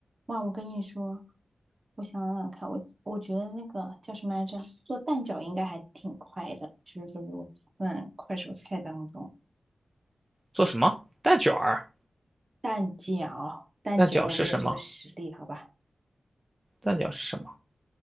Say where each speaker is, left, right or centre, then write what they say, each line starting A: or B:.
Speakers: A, on the right; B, on the right.
A: 哇，我跟你说，我想想看，我我觉得那个叫什么来着，做蛋饺应该还挺快的，就是说如果算快手菜当中，
B: 做什么？蛋卷儿？
A: 蛋饺、蛋卷我没有这个实力，
B: 蛋饺是什么？
A: 好吧？
B: 蛋饺是什么？